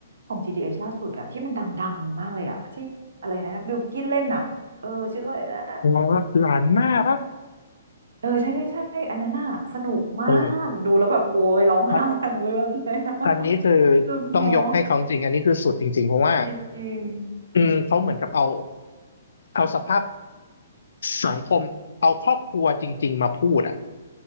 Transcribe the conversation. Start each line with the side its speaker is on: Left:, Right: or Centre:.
Right: ของ GDS ล่าสุดอะที่มันดังๆมากเลยอะที่อะไรนะบิลกิ้นเล่นอะเออชื่ออะไรนะ
Left: เราหลานมากปะ
Right: เออใช่ใช่ใช่อันนั้นน่ะสนุกมากดูแล้วแบบโอ้ยร้องไห้ทั้งเรื่องเลย
Left: โอ้อันอันนี้คือ
Right: <laughs> ซึมงเนาะ
Left: ต้องยกให้เขาจริงอันนี้คือสุดจริงๆเพราะว่า
Right: จริง
Left: อืมเขาเหมือนกับเอาเอาสภาพสังคมเอาครอบครัวจริงๆมาพูดอ่ะ